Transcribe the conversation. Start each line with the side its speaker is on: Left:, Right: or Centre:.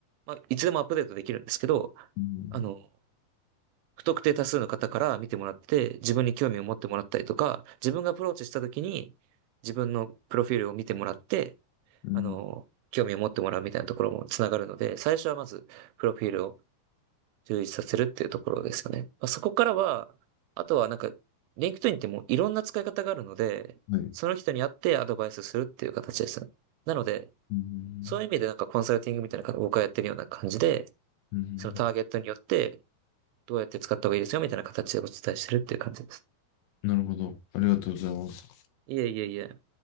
Right: まあ、いつでもアップデートできるんですけど、
Left: うん。
Right: あの、不特定多数の方から見てもらって、自分に興味を持ってもらったりとか、自分がアプローチした時に、自分のプロフィールを見てもらって、
Left: うん。
Right: あの、興味を持ってもらうみたいなところもつながるので、最初はまず、プロフィールを充実させるっていうところですよね。まあ、そこからは、あとはなんか、リンク d i n ってもういろんな使い方があるので、
Left: うんはい。
Right: その人に会ってアドバイスするっていう形ですね。なので、
Left: うん。
Right: そういう意味でなんかコンサルティングみたいな、僕がやってるような感じで、
Left: うん。うん
Right: そのターゲットによって、どうやって使った方がいいですよみたいな形でお伝えしてるっていう感じです。
Left: なるほど。ありがとうございます。
Right: いえいえいえ。